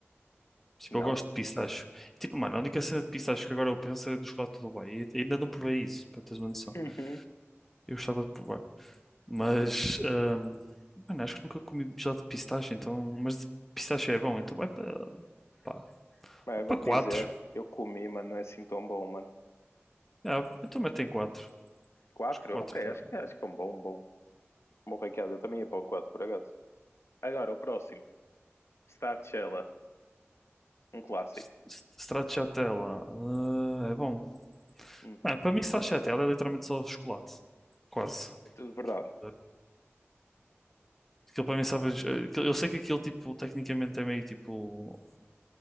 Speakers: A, in the centre; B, on the left.
A: Tipo,
B: Não?
A: eu gosto de pistácio. E, tipo, mano, a única cena de pistácio que agora eu penso é no chocolate do Dubai. E ainda não provei isso, para teres uma noção.
B: Uhum.
A: Eu gostava de provar. Mas, ahm, mano, acho que nunca comi gelado de pistácio, então. Mas de pistácio é bom, então vai para pá,
B: Pá, eu
A: para
B: vou-te
A: quatro,
B: dizer, eu comi, mano, não é assim tão bom, mano.
A: Ah, então metem 4.
B: 4,
A: os 4
B: Ok,
A: 4
B: acho que, acho que é um bom, um bom. Bom, Ricardo, eu também ia para o 4, por acaso. Agora, o próximo. Stracciatella, um clássico.
A: S- s- Stracciatella. ah, é bom.
B: Uhum.
A: Ah, para mim, Stracciatella é literalmente só chocolate. Quase.
B: É tudo verdade.
A: Ah, Aquilo para mim, sabe. ah, aquilo- Eu sei que aquilo, tipo, tecnicamente é meio tipo.